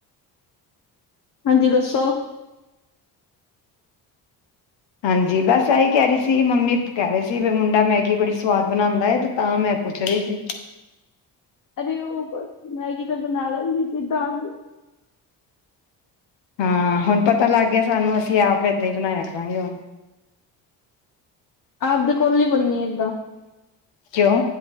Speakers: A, on the left; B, on the left.
A: ਹਾਂਜੀ ਦੱਸੋ।
B: ਹਾਂਜੀ ਬਸ ਆਹੀ ਕਹਿ ਰਹੀ ਸੀ ਮੰਮੀ ਕਹਿ ਰਹੀ ਸੀ ਵੀ ਮੁੰਡਾ ਮੈਗੀ ਬੜੀ ਸਵਾਦ ਬਣਾਉਂਦਾ ਤਾਂ ਮੈਂ ਪੁੱਛ ਰਹੀ ਸੀ।
A: ਅਰੇ ਉਹ ਮੈਗੀ ਤਾਂ ਬਣਾ ਲੈਦੀ ਜਿੱਦਾਂ
B: ਹਾਂ ਹੁਣ ਪਤਾ ਲੱਗ ਗਿਆ ਸਾਨੂੰ ਅਸੀਂ ਆਪ ਏਦਾਂ ਹੀ ਬਣਾਇਆ ਕਰਾਂਗੇ ਹੁਣ।
A: ਆਪਦੇ ਕੋਲ ਨੀ ਬੰਨੀ ਇਦਾਂ।
B: ਕਿਉਂ